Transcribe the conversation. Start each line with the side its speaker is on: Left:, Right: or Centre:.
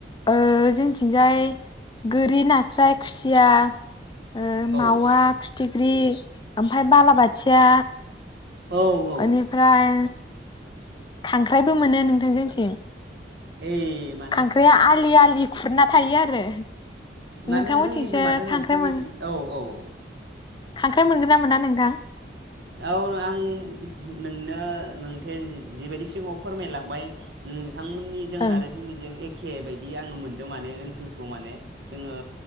Left: ओ जोंथिंजाय गोरि नास्राय खुसिया ओ
Right: औ
Left: मावा फिथि ख्रि आमफाय बालाबोथिया।
Right: औ औ
Left: एनिफ्राय
Right: औ
Left: खांख्राइबो मोनो नोंथां जोंथिं।
Right: ओइ माने
Left: खांख्राइआ आलि आलि खुरना थायो आरो।
Right: माने
Left: नोंथांमोनथिंसो
Right: जोंनि माथो
Left: खांख्राइ
Right: नोंसिनि,
Left: मोन
Right: औ औ औ।
Left: खांख्राइ मोनगोन ना मोना नोंथां?
Right: औ आं नोंनो नों <unintelligible> जि बायदि सिगाङाव फोरमाय लांबाय। ओ बिथां मोननिजों
Left: ओं
Right: आरो जोंनिजों ए एके बायदि आङो मोन्दों माने ओनसोलखौ माने जोङो